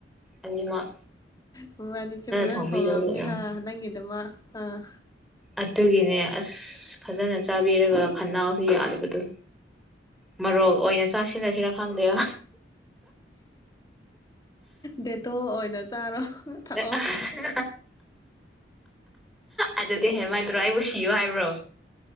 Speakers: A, in the centre; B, on the left.
A: ꯑꯅꯤꯃꯛ
B: ꯃ‌ꯣꯏꯕꯥꯟꯅꯤꯁꯨ ꯐꯖꯅ
A: ꯊꯣꯡꯕꯤꯗꯕꯒꯤ
B: ꯊꯣꯡꯉꯝꯃꯅꯤ
A: ꯑꯣꯏꯔꯝꯅꯤ
B: ꯍꯥ ꯅꯪꯒꯤꯗꯃꯛ ꯑꯥ
A: ꯑꯗꯨꯒꯤꯅꯦ ꯑꯁ ꯐꯖꯅ ꯆꯥꯕꯤꯔꯒ ꯈꯅꯥꯎꯁꯨ ꯌꯥꯗꯕꯗꯣ ꯃ‌ꯔꯣꯛ ꯑꯣꯏꯅ ꯆꯥꯁꯤꯜꯂꯁꯤꯔꯥ ꯈꯪꯗꯦꯗ
B: ꯗꯦꯇꯣꯜ ꯑꯣꯏꯅ ꯆꯥꯔꯣ
A: <unintelligible>
B: ꯊꯛꯑꯣ
A: ꯑꯗꯨꯗꯤ ꯍꯦꯟꯃꯟꯗꯔꯣ ꯑꯩꯕꯨ ꯁꯤꯌ‌ꯣ ꯍꯥꯏꯕ꯭ꯔꯣ